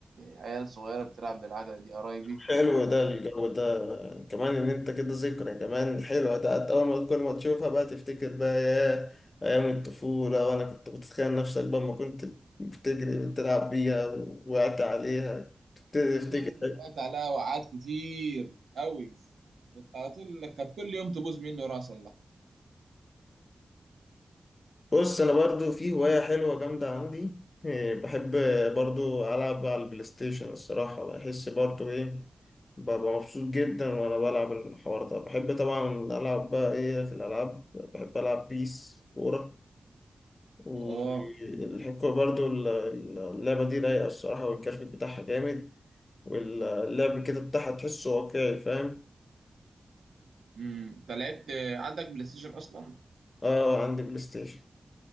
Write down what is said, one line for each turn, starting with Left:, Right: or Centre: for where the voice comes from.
Right: عيال صغيره بتلعب بالعجله دي قرايبي
Left: حلو ده الجو ده كمان ان انت كده ذكرى كمان حلوة ده حتى اول ما كل ما تشوفها بقى تفتكر بقى يا ايام الطفولة وانا كنت بتخيل نفسك بقى ما كنت بتجري بتلعب بيها وقعت عليها تبتدي
Right: فعلا
Left: تفتكر
Right: وقعت عليها وقعات كتير قوي كنت على طول كانت كل يوم تبوظ مني وراح اصلحها
Left: بص انا برضو في هواية حلوة جامدة عندي إيه، بحب برضو العب على البلاي ستيشن الصراحة بحس برضو ايه ببقى مبسوط جدا وانا بلعب الحوار ده بحب طبعا العب بقى ايه في الالعاب بحب العب بيس كورة والحكومة
Right: اه
Left: برضو ال- ال- اللعبة دي رايقة الصراحة والجرافيك بتاعها جامد واللعب كده بتاعها تحسه واقعي فاهم
Right: امم انت لعبت عندك بلاي ستيشن اصلا
Left: اه عندي بلاي ستيشن